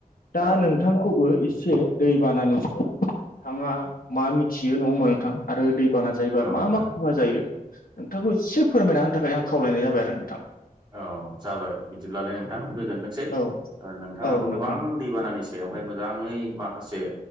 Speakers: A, on the left; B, on the right.
A: दा
B: औ
A: नोंथांखौबो
B: नोंथां
A: एसे दैबानानि सायाव नोंथाङा मा मिथियो नङा होमबा नोंथां आरो दै बाना जायोबा
B: औ
A: मा
B: नोंथां
A: मा खहा जायो नोंथांखौ एसे फोरमायना होनो थाखाय आं खावलायनाय जाबाय आरो नोंथां
B: औ जाबाय बिदिब्लालाय नोंथां गोजोनथोंसै
A: औ
B: नोंथाङाबो
A: औ नोंथां
B: गोबां दैबानानि सायावहाय मोजाङै माखासे